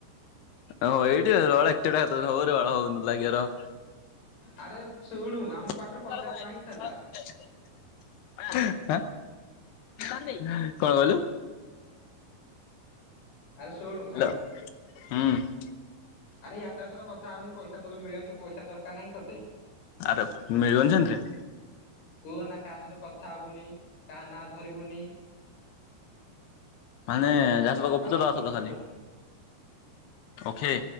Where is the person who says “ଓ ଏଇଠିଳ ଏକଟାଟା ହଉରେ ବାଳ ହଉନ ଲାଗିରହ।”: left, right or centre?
Left